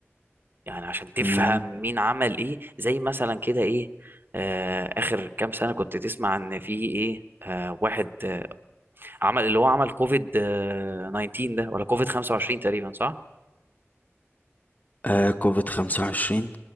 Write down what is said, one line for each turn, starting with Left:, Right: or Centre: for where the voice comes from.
Right: يعني عشان تفهم
Left: مم.
Right: مين عمل إيه زي مثلا كده إيه آه، آخر كام سنة كنت تسمع إن في إيه آه، واحد آه، عمل اللي هو عمل كوفيد آه، 19 ده ولا كوفيد 25 تقريبا صح؟
Left: آه كوفيد 25